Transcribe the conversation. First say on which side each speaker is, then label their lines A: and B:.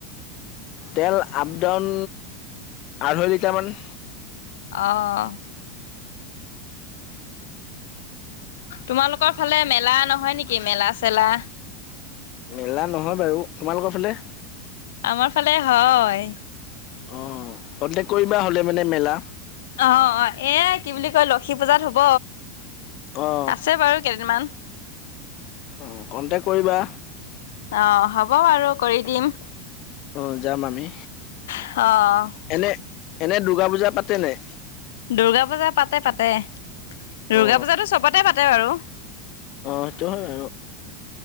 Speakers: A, on the left (about 40°); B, on the left (about 80°).
A: তেল আপ ডাউন আঢ়ৈ লিটাৰ মান।
B: অ'। তোমালোকৰ ফালে মেলা নহয় নেকি মেলা চেলা।
A: মেলা নহয় বাৰু, তোমালোকৰ ফালে?
B: আমাৰ ফালে হয়।
A: অ', কণ্টেক কৰিবা হ'লে মানে মেলা।
B: অ', অ', এয়া কি বুলি কয় লক্ষী পূজাত হ'ব।
A: অ',
B: আছে বাৰু কেইদিনমান।
A: অ', কণ্টেক কৰিবা।
B: অ', হ'ব বাৰু কৰি দিম।
A: আহ যাম আমি।
B: অ'।
A: এনে-এনে দুৰ্গা পূজা পাতে নে?
B: দুূৰ্গা পূজা পাতে পাতে, দুৰ্গা
A: অ
B: পূজাতটো চবতে পাতে বাৰু।
A: অ', সেইটো হয় আৰু